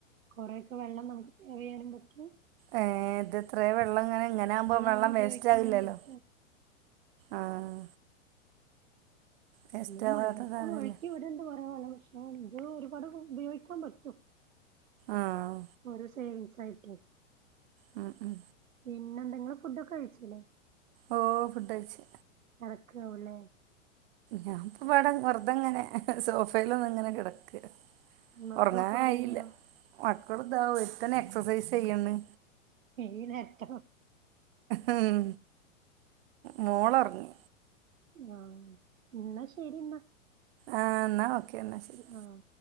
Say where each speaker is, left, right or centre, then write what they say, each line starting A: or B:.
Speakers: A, on the right (about 80°); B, on the right (about 45°).
A: കൊറേക്കെ വെള്ളം നമുക്ക് സേവിയ്യാനും പറ്റും
B: ഏ ഇതെത്രേ വെള്ളങ്ങനെ ഇങ്ങനെകുമ്പോ വെള്ളം
A: അങ്ങനെ ഉപയോഗിക്കാനും
B: വേസ്റ്റാകില്ലല്ലോ
A: പറ്റും
B: ആഹ് വേസ്റ്റ്
A: മ്മള്
B: ആവാത്തതാകല്ലേ
A: മണ്ണ്ക്ക് ഒഴുക്കിവിട്ണ്ട് കൊറേ വള്ളംക്ഷേ <unintelligible> എനിക്ക് ഒരുപാട് ഉപയോഗിക്കാൻ പറ്റും
B: ആഹ്
A: ഒരു സേവിങ്സായിട്ട്
B: മ് മ്
A: പിന്നെന്താ ഇങ്ങൾ ഫുഡ്ഡൊക്കെ കഴിച്ചില്ലേ
B: ഓഹ് ഫുഡഴ്ച്ച്
A: കെടക്കാവൂല്ലേ
B: ഞാനിപ്പൊവെടെ വെറുതെങ്ങനെ സോഫേല് ഒന്ന്ങ്ങനെ കെടക്ക
A: മക്കളൊക്കെ
B: ഒറങ്ങാനായില്ല
A: ഉറങ്ങിയോ
B: മക്കൾതാ ഒര്ത്തന് എക്സസൈസ് യ്യിണ്
A: ഈനേര്ത്തൊ
B: ഉം, മോള ഉറങ്ങി
A: ആ, എന്നാ ശരി എന്നാ
B: ആ എന്നാ ഓക്കെ എന്നാ ശരി
A: ആഹ്